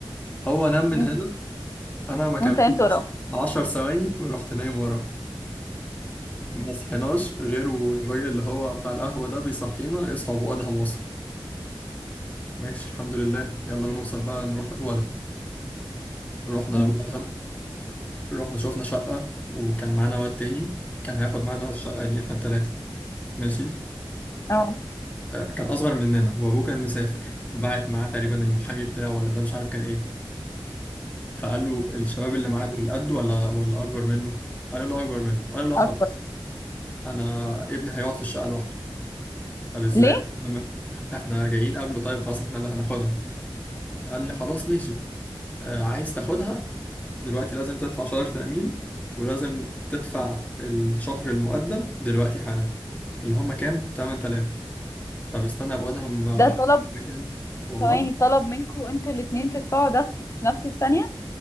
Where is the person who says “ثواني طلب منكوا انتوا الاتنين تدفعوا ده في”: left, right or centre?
Left